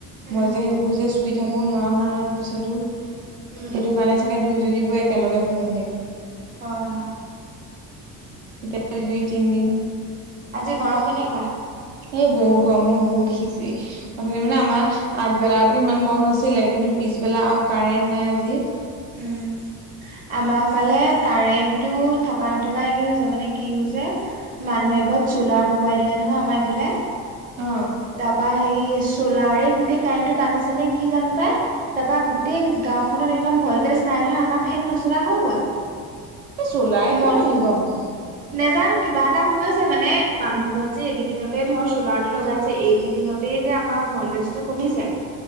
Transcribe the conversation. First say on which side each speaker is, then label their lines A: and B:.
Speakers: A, on the right (about 15°); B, on the right (about 60°).
A: উম
B: মই যে সেইবোৰ যে চুই থাকোঁ নোৱাৰা হোৱাৰ পিছতো সেইটোকাৰণে
A: উম উম
B: চাগে দুয়োজনী গৈ একেলগে পৰোগে।
A: হয় হয়।
B: এতিয়া আজি তিনিদিন
A: আজি গৰম কেনেকুৱা?
B: এই বহুত গৰম ঔ, বহুত সিঁজি, অথনি মানে আমাৰ আগবেলাটো ইমান গৰম নাছিলে, কিন্তু পিছবেলা আৰু কাৰেন্ট নাই আজি।
A: উম আমাৰ ফালে কাৰেণ্টটো থকা নথকা একে হৈছে, মানে কি হৈছে মানুহ এঘৰত চ'লাৰ বহুৱাই দিলে নহয় আমাৰ এইফালে,
B: অ
A: তাৰপৰা হেৰি চ' চ'লাৰেই গোটেই কাৰেণ্টটো টানিছে নে কি জানো পাই, তাৰপৰা গোটেই গাঁওখনত একদম ভল টেজ নাই নহয়, আমাৰ ফেন নচলা হৈ গ'ল।
B: এই চ'লাৰে
A: মত
B: কিয় টানিব আকৌ?
A: নেজানো কিবা এটা হৈছে মানে, মানুহ ঘৰত যে এইকেইদিনতে ধৰ চ'লাৰটো লগাইছে, এইকেইদিনতেই এই যে আমাৰ ভলটেজটো কমিছে